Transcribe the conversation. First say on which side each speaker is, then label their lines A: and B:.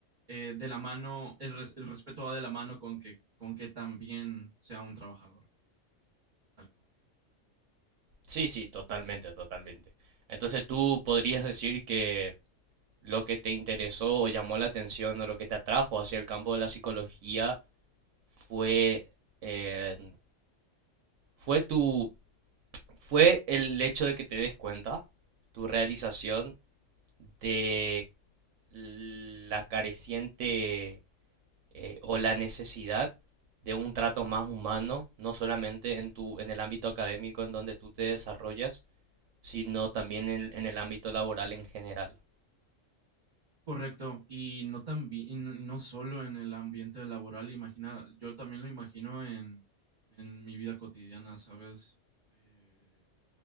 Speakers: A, on the right; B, on the right.
A: eh, de la mano, el, res- el respeto va de la mano con que, con que también sea un trabajador, tal cual.
B: Sí, sí, totalmente, totalmente. Entonces tú podrías decir que lo que te interesó o llamó la atención o lo que te atrajo hacia el campo de la psicología fue, eh, fue tu, fue el hecho de que te des cuenta, tu realización de la careciente eh, o la necesidad de un trato más humano, no solamente en tu, en el ámbito académico en donde tú te desarrollas, sino también en, en el ámbito laboral en general.
A: Correcto, y no también, y no y no solo en el ambiente laboral, imagina, yo también lo imagino en, en mi vida cotidiana, ¿sabes? Eh,